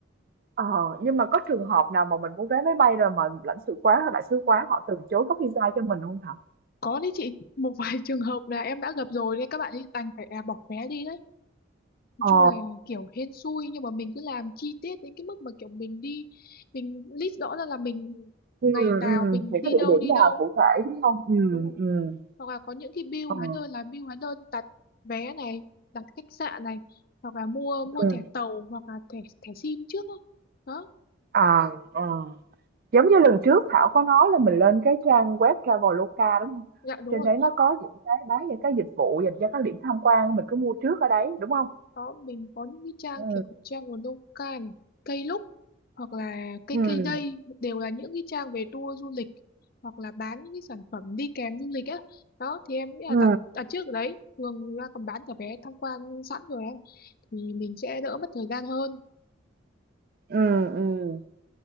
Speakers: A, on the right; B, on the left.
A: Ờ, nhưng mà có trường hợp nào mà mình mua vé máy bay rồi mà lãnh sự quán hay đại sứ quán họ từ chối cấp visa cho mình không Thảo?
B: Có đấy chị, một vài <laughs> trường hợp là em đã gặp rồi nên các bạn ấy đành phải à, bỏ vé đi đấy. Nói
A: Ờ.
B: chung là kiểu hên xui nhưng mà mình cứ làm chi tiết đến cái mức mà kiểu mình đi mình list rõ ra là mình
A: Ừ,
B: ngày nào
A: ừ,
B: mình
A: những
B: đi
A: cái địa
B: đâu
A: điểm
B: đi
A: nào
B: đâu
A: cụ thể đúng không? Ừ,
B: đúng không?
A: ừ,
B: Hoặc là có những cái bill hóa
A: ờ,
B: đơn là bill hóa đơn đặt vé này, đặt khách sạn này hoặc là mua mua
A: ừ.
B: thẻ tàu hoặc là thẻ thẻ sim trước đó. Đó,
A: À, ờ. Giống như lần trước Thảo có nói là mình lên cái trang web Traveloka, đúng không
B: dạ đúng
A: Trên
B: rồi.
A: đấy nó có những cái bán những cái dịch vụ dành cho các điểm tham quan, mình cứ mua trước ở đấy, đúng không
B: Đó, mình có những cái trang
A: ừ
B: kiểu trang của nông cạn, cây lúc hoặc là cây
A: ừ
B: cây đây đều là những cái trang về tour du lịch hoặc là bán những cái sản phẩm đi kèm du lịch á. Đó thì em nghĩ là
A: ừ
B: đặt đặt trước ở đấy, thường người ta còn bán cả vé tham quan sẵn rồi á thì mình sẽ đỡ mất thời gian hơn.
A: ừ ừm.